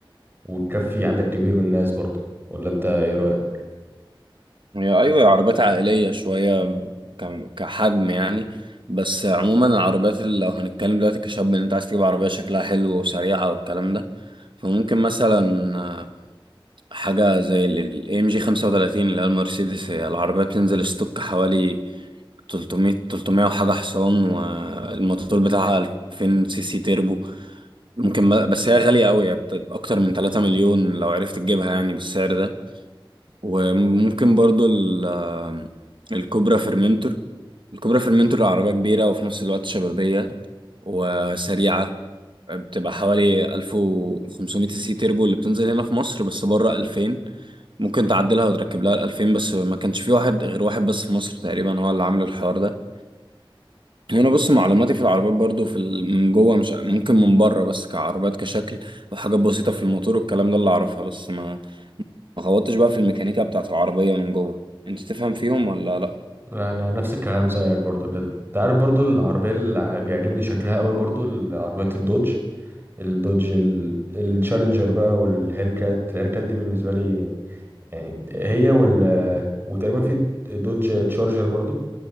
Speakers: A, on the right; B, on the right.
A: وتكفي عدد كبير من الناس برضو ولا انت ايه رايك
B: هي ايوه هي عربيات عائلية شوية ك- كحجم يعني بس عموما العربيات اللي لو هنتكلم دلوقتي كشاب ان انت عايز تجيب عربية شكلها حلو وسريعة والكلام ده فممكن مثلا حاجة زي ال ام جي 35 اللي هي المرسيدس هي العربية بتنزل ستوك حوالي 300 300 وحاجة حصان والموتور بتاعها 2000 سي سي تيربو ممكن بقى- بس هي غالية قوي يعني بت- أكتر من 3 مليون لو عرفت تجيبها يعني بالسعر ده وممكن برضو ال- آه، الكوبرا فيرمنتور الكوبرا فيرمنتور عربية كبيرة وفي نفس الوقت شبابية وسريعة بتبقى حوالي 1500 سي سي تيربو اللي بتنزل هنا في مصر بس بره 2000 ممكن تعدلها وتركب لها ال 2000 بس ما كانش في واحد غير واحد بس في مصر تقريبا هو اللي عامل الحوار ده هنا بص معلوماتي في العربيات برضو في ال- من جوه مش ممكن من بره بس كعربيات كشكل وحاجات بسيطة في الموتور والكلام ده اللي اعرفها بس ما ما خبطتش بقى في الميكانيكا بتاعت العربية من جوه انت تفهم فيهم ولا لا
A: لا، انا نفس الكلام زيك برضو كده انت عارف برضو العربيه اللي بيعجبني شكلها قوي برضو عربيه الدوج الدوج ال- التشالنجر بقى والهيل كات الهيل كات دي بالنسبه لي يعني هي وال وتقريبا في دوج تشارجر برضو